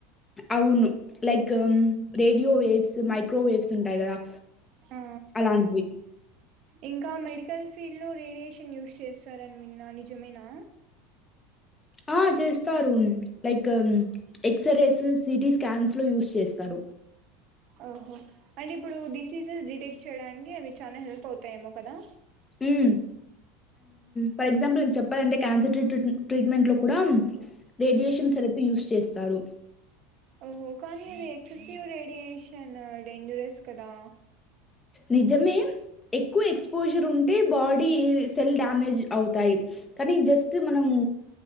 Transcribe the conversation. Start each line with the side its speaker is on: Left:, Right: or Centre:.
Left: అవును లైక్ రేడియో వేవ్స్ మైక్రోవేవ్స్ ఉంటాయి కదా
Right: ఆ
Left: అలాంటివి
Right: ఇంకా మెడికల్ ఫీల్డ్ లో రేడియేషన్ యూజ్ చేస్తారని విన్నా నిజమేనా
Left: ఆ చేస్తారూ లైక్ ఎక్సరేస్ సిటి స్కాన్స్ లో యూస్ చేస్తారు
Right: ఓహో అంటే ఇప్పుడు డిసీజెస్ డిటెక్ట్ చేయడానికి అవి చాలా హెల్ప్ అవుతాయేమో కదా
Left: హ్మ్. ఫర్ ఎగ్జాంపుల్ చెప్పాలంటే క్యాన్సర్ ట్రీట్మెంట్ లో కూడా రేడియేషన్
Right: మ్మ్
Left: థెరపీ యూస్ చేస్తారు
Right: ఓహో కానీ అది ఫిజియో రేడియేషన్ షన్ డేంజరస్ కదా
Left: నిజమే క్కువ ఎక్స్పోజర్ అంటే బాడీ సెల్ డ్యామేజ్ అవుతాయి కానీ జస్ట్ మనము